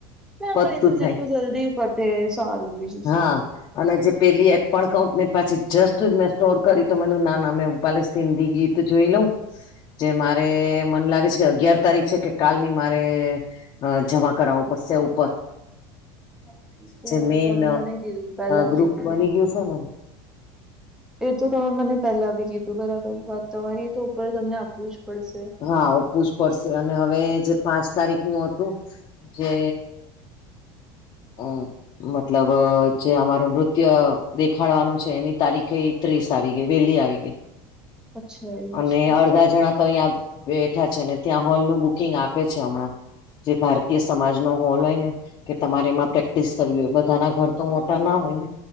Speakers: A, in the centre; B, on the left.
A: ત આંગણી
B: પતું
A: તો જેટલું
B: થાય
A: જલ્દી પતે સારું બીજું
B: હા
A: શું
B: અને જે પેલી એપ પણ કઉ ને પાછી જસ્ટ મેં સ્ટોર કરી તો મું ના ના મેં હ ભલે સિંધી ગીત જોઈ લઉં જે મારે મને લાગે છે કે અગિયાર તારીખ છે કે કાલ ની મારે અ જમા કરાવવો પડશે ઉપર
A: હા એ તો
B: જે મેન
A: તમે મને કીધું પેલા
B: ગ્રુપ
A: બી કીધું
B: બની ગયું છે ને
A: એ તો તમે મને પહેલા બી કીધું બરાબર વાત તમારે એ તો ઉપર તમને આપવું જ પડશે.
B: હા આપવુ જ પડશે અને હવે જે પાંચ તારીખ નું હતું જે હમ્મ. મતલબ જે અમારું નૃત્ય દેખાડવાનું છે એની તારીખે ત્રીસ આવી ગઈ વેલી આવી ગઈ
A: અચ્છા એવું
B: અને
A: છે
B: અડધા જણા તો અહંયા બેઠા છે ને ત્યાં હોલનું બુકિંગ આપે છે હમણાં. જે ભારતીય સમાજ નો હોલ હોય ને કે તમારે એમાં પ્રેક્ટિસ કરવી હોય બધાના ઘર તો મોટા ના હોય ને